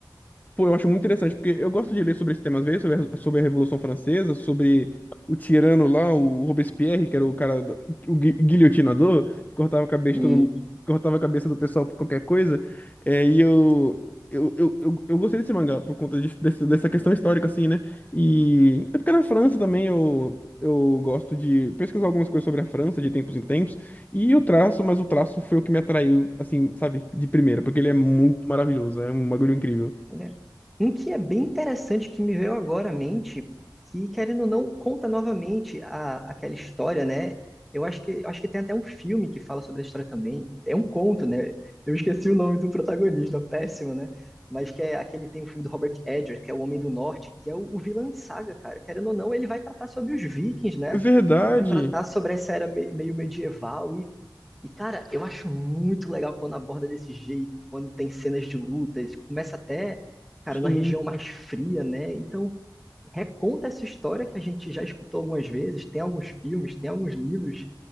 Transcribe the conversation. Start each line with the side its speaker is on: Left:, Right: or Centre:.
Left: Pô, eu acho muito interessante, porque eu gosto de ler sobre esse tema às vezes, sobre a, sobre a Revolução Francesa, sobre o tirano lá, o Robespierre, que era o cara, do- o gui- guilhotinador, que cortava a cabeça
Centre: sim.
Left: de todo, mu- cortava a cabeça do pessoal por qualquer coisa. É, e eu, eu, eu, eu, eu gostei desse mangá por conta de- desse- dessa questão histórica, assim, né? E é porque na França também eu, eu gosto de pesquisar algumas coisas sobre a França de tempos em tempos, e o traço, mas o traço foi o que me atraiu, assim, sabe, de primeira, porque ele é muito maravilhoso, é um bagulho incrível.
Centre: Olha, um que é bem interessante que me veio agora à mente, que querendo ou não conta novamente a, aquela história, né? Eu acho que eu acho que tem até um filme que fala sobre a história também. É um conto, né? Eu esqueci o nome do protagonista, é péssimo, né? Mas que é aquele tem um filme do Robert Edger, que é o Homem do Norte, que é o, o vilão de saga, cara. Querendo ou não, ele vai tratar sobre os vikings, né?
Left: É Verdade.
Centre: Vai tratar sobre essa era me- meio medieval e e, cara, eu acho muito legal quando aborda desse jeito, quando tem cenas de lutas, começa até, cara,
Left: Sim.
Centre: na região mais fria, né? Então, reconta essa história que a gente já escutou algumas vezes, tem alguns filmes, tem alguns livros,